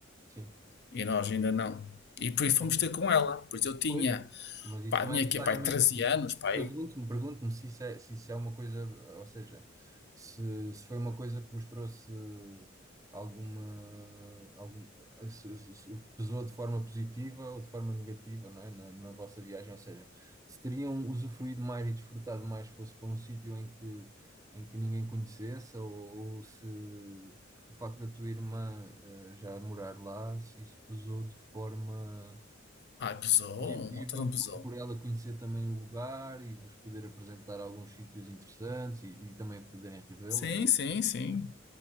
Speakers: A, on the right; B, on the left.
A: sim.
B: E nós ainda não. E por isso fomos
A: Ok.
B: ter com ela. Pois eu tinha,
A: Pois, mas isso
B: pá,
A: não
B: tinha
A: é necessariamente.
B: aqui, pá, 13 anos, pá, aí.
A: Pergunto-me, pergunto-me se isso é, se isso é uma coisa, ou seja, se, se foi uma coisa que vos trouxe alguma, algum, se, se- se pesou de forma positiva ou de forma negativa, não é? Na, na vossa viagem, ou seja, se teriam usufruído mais e desfrutado mais se fosse para um sítio em que, em que ninguém conhecesse, ou, ou se o facto da tua irmã eh, já morar lá, se isso pesou de forma
B: Ai, pesou,
A: positiva
B: outra não pesou.
A: por, por ela conhecer também o lugar e vos poder apresentar alguns sítios interessantes e, e também poderem revê-la,
B: Sim,
A: não é?
B: sim, sim.